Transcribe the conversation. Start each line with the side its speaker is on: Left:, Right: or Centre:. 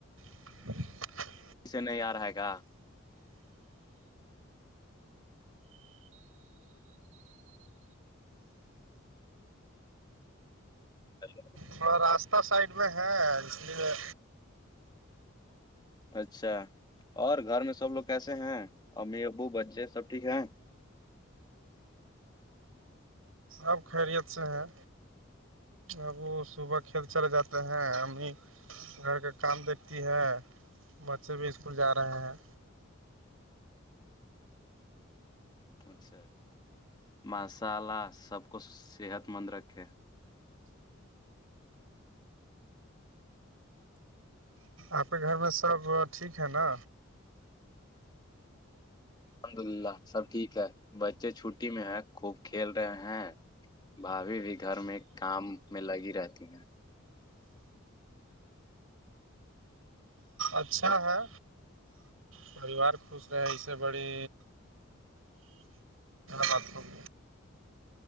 Right: <inaudible>
Left: اسے نہیں آ رہے گا اچھا
Right: تھوڑا راستہ سائڈ میں ہے اس لیے
Left: اچھا اور گھر میں سب لوگ کیسے ہیں امی ابو بچے سب ٹھیک ہیں
Right: آب خیریت سے ہیں اب وہ صبح کھیت چل جاتے ہیں ہمیں گھر کا کام دیکھتی ہے بچے بھی اسکول جا رہے ہیں
Left: اچھا اچھا ماشاء اللہ سب کو صحت مند رکھے
Right: آپ کے گھر میں سب ٹھیک ہے نا
Left: الحمد للہ سب ٹھیک ہے بچے چھٹی میں ہے کوب کھیل رہے ہیں بھاابھی بھی گھر میں کام میں لگی رہتی ہے
Right: اچھا ہے پریوار خوش رہے اس سے بڑی بات روم